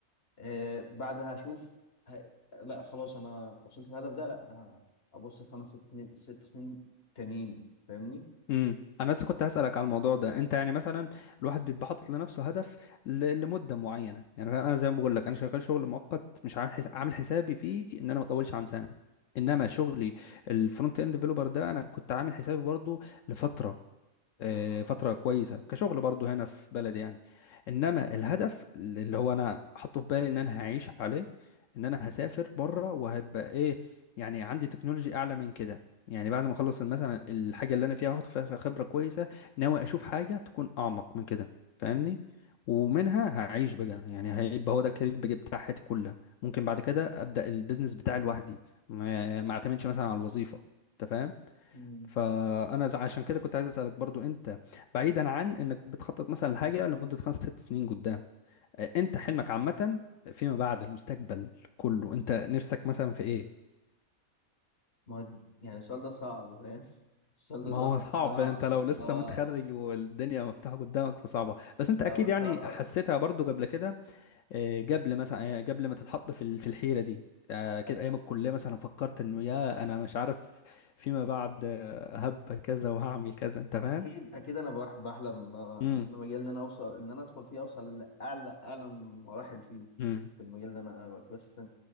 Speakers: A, on the left; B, on the left.
A: آه بعدها هشوف ه... لا خلاص انا وصلت الهدف ده لا انا ابص لخمس ست سنين ست سنين تانيين فاهمني
B: امم انا لسه كنت هسالك على الموضوع ده انت يعني مثلا الواحد بيبقى حاطط لنفسه هدف ل... لمده معينه يعني فاهم؟ انا زي ما بقول لك انا شغال شغل مؤقت مش عامل حس... عامل حسابي فيه ان انا ما اطولش عن سنه انما شغلي الفرونت اند ديفلوبر ده انا كنت عامل حسابي برضو لفتره آه،
A: آه.
B: فترة كويسة كشغل برضو هنا في بلدي يعني انما الهدف اللي هو انا حاطه في بالي ان انا هعيش عليه ان انا هسافر بره وهبقى ايه يعني عندي تكنولوجي اعلى من كده يعني بعد ما اخلص مثلا الحاجة اللي انا فيها هاخد فيها خبرة كويسة ناوي اشوف حاجة تكون اعمق من كده فاهمني ومنها هعيش بقى يعني هيبقى هو ده الكارير بقى بتاع حياتي كلها ممكن بعد كده ابدا البيزنس بتاعي لوحدي ما ما اعتمدش مثلا على الوظيفة انت فاهم
A: مم.
B: فانا ز- عشان كده كنت عايز اسالك برضو انت بعيدا عن انك بتخطط مثلا لحاجه لمده خمس ست سنين قدام آه، انت حلمك عامه فيما بعد المستقبل كله انت نفسك مثلا في ايه
A: ما هو يعني السؤال ده صعب فاهم <laughs> السؤال ده
B: ما
A: صعب
B: هو <laughs> صعب
A: صعب
B: انت
A: اللي
B: لو لسه
A: هو
B: متخرج والدنيا مفتوحه قدامك فصعبه بس انت اكيد
A: هو
B: يعني
A: صعب
B: حسيتها برضو قبل كده آه، قبل مثلا آه، قبل ما تتحط في ال- في الحيره دي آه، كده
A: أك-
B: ايام الكليه مثلا فكرت انه يا انا مش عارف فيما بعد آه، هبقى كذا وهعمل كذا انت فاهم
A: اكيد اكيد انا بح- بحلم ان أنا
B: امم
A: إن أنا المجال اللي انا اوصل ان انا ادخل فيه اوصل لاعلى اعلى مراحل فيه
B: امم
A: في المجال اللي انا أبقى فيه. بس